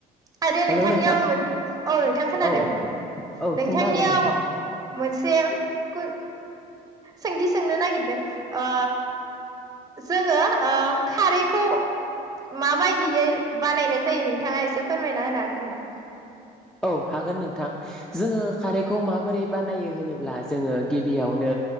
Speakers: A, on the right; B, in the centre.
A: आरो
B: हेलौ
A: नोंथांनियाव
B: नोंथां
A: आं मोन औ नोंथां खोनादों
B: औ औ औ
A: नोंथांनियाव
B: सोंनो हागोन नोंथां
A: मोनसे कुइ सोंथि सोंनो नागिरदों ओ जोङो ओ खारैखौ माबायदियै बानायनाय जायो नोंथाङा एसे फोरमायना होनो हागोन नामा
B: औ हागोन नोंथां जोङो खारैखौ माबोरै बानायो होनोब्ला जोङो गिबियावनो